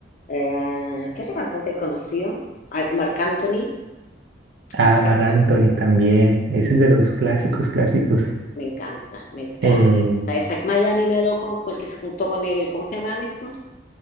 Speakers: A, on the left; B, on the right.
A: Eh, ¿qué otro cantante hay conocido? Marc Marc Anthony,
B: Ah,
A: ¿te carga?
B: Mar Anthony también. Ese es de los clásicos, clásicos.
A: Me encanta, me encanta.
B: Eh,
A: Isaac Miami me lo con, con el que se juntó con él, ¿cómo se llaman estos?